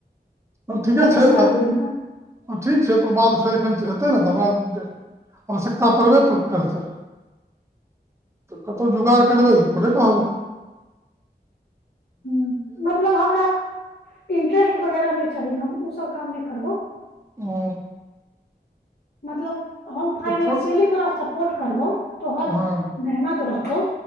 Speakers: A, on the right; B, on the left.
A: ठीके
B: प्रोफेशनल
A: छै अब
B: बनि कऽ
A: ठीक छै त ओ बात फेर एखन हेतै ने तऽ हमरा आवश्यकता पड़बे करतै तऽ कतहु जुगाड़ करबै तऽ थोरे कहबौ
B: ह मतलब हमरा इंट्रेस्ट वगैरह नहि चाही हम ऊ सब काम नइ करबौ
A: हाँ
B: मतलब हम फाइनेशियली
A: छोट
B: तोरा सपोर्ट करबौ तोहर
A: हँ
B: मेहनत रह तौ